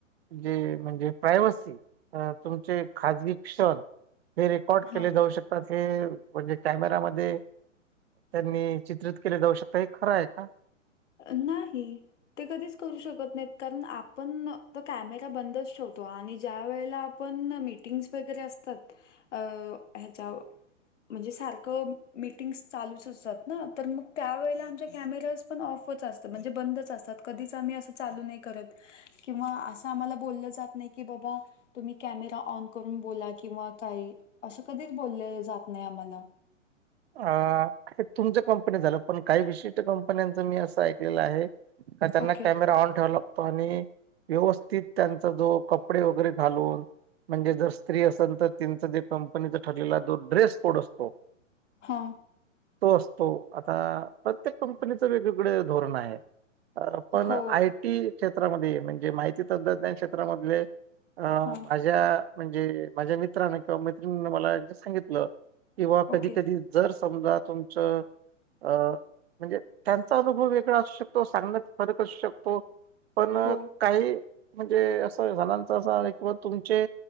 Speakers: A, on the right; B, on the left.
A: जे... म्हणजे प्रायवसी अ... तुमचे खाजगी क्षण हे रेकॉर्ड
B: हां.
A: केले जाऊ शकतात... हे म्हणजे कॅमेरामध्ये त्यांनी चित्रित केले जाऊ शकतात... हे खरं ए का?
B: अ... नाही ते कधीच करू शकत नाहीत... कारण आपण... तर कॅमेरा बंदच ठेवतो... आणि ज्या वेळेला पण.. मीटिंग्स वगैरे असतात ह्याच्यावर म्हणजे... सारखं मीटिंग्स चालूच असतात ना... तर मग त्यावेेळेला आमच्या कॅमेरा पण ऑफच असतात... म्हणजे बंदच असतात... कधीच आम्ही असं चालू नाई करत किंवा असं आम्हाला बोललं जात नाही की बाबा तुम्ही कॅमेरा ऑन करून बोला किंवा काय... असं कधीच बोललं जात नाही आम्हाला
A: अ... हे तुमच्या कंपनीचं झालं... पण काही विशिष्ट कंपन्यांचं मी असं ऐकलेलं आहे का... त्यांना
B: ओके.
A: कॅमेरा ऑन ठेवला आणि व्यवस्थित त्यांचा जो कपडे वगैरे घालून म्हणजे जर स्त्री असेल तर त्याचं जे कंपनीचा ठरलेला... जो ड्रेस कोड असतो
B: हा
A: तो असतो... आता... प्रत्येक कंपनीचं वेगवेगळे धोरणं आहेत पण
B: हो
A: आयटी क्षेत्रामध्ये... म्हणजे माहिती तंत्रज्ञान क्षेत्रामधले अं...
B: हां
A: माझ्या म्हणजे माझ्या मित्रांनें किंवा मैत्रिणीने मला एकदा सांगितलं किंवा कधी
B: ओके
A: कधी जर समजा तुमचं अ.. म्हणजे त्यांचा अनुभव वेगळा असू शकतो.. सांगण्यात फरक असू शकतो पण
B: हो
A: काही... म्हणजे असं जणांचा असं... किंवा तुमचे...